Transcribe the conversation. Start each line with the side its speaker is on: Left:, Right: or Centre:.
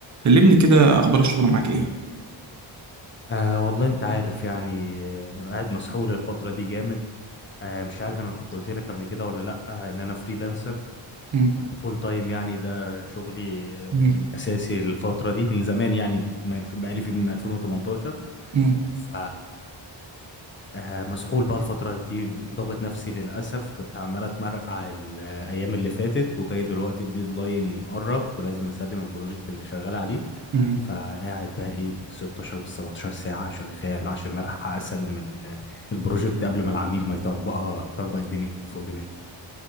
Right: كلمني كده اخبار الشغل معاك ايه
Left: آه والله انت عارف يعني آه، قاعد مسحول الفترة دي جامد آه مش عارف انا كنت قلت لك قبل كده ولا لا آه ان انا فريلانسر
Right: مم.
Left: فول تايم يعني ده شغلي آه،
Right: مم.
Left: الاساسي الفترة دي من زمان يعني ما- بقالي فيه من 2018
Right: مم.
Left: ف آه، مسحول بقى الفترة دي بضغط نفسي للأسف كنت عمال أتمرقع الأيام اللي فاتت وجاي دلوقتي الديدلاين قرب ولازم أسلم البروجكت اللي شغال عليه
Right: مم.
Left: فقاعد بقى إيه 16 بال 17 ساعة شغال عشان ألحق أسلم ال- البروجكت قبل ما العميل ما يطبقها طربق الدنيا فوق دماغي